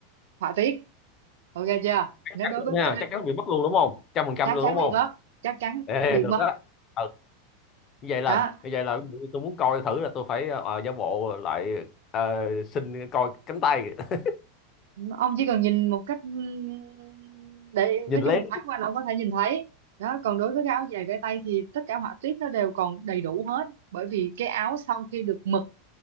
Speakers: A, on the right (about 75°); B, on the left (about 25°).
A: họa tiết ok chưa
B: chắc
A: nếu
B: chắn
A: đối
B: luôn
A: với bảy
B: ha,
A: inch
B: chắc chắn bị mất luôn đúng không? Trăm phần trăm
A: chắc
B: luôn
A: chắn
B: đúng
A: bị
B: không?
A: mất chắc chắn
B: Ê,
A: bị
B: được
A: mất
B: á. Ừ, như vậy là
A: đó
B: như vậy là tôi muốn coi thử là tôi phải ờ, giả bộ lại ờ, xin coi cánh tay <laughs>
A: ông chỉ cần nhìn một cách ừm, để
B: nhìn
A: nói
B: lén
A: chung một thoáng qua là ông có thể nhìn thấy đó còn đối với cái áo dài vẽ tay thì tất cả họa tiết nó đều còn đầy đủ hết bởi vì cái áo sau khi được mực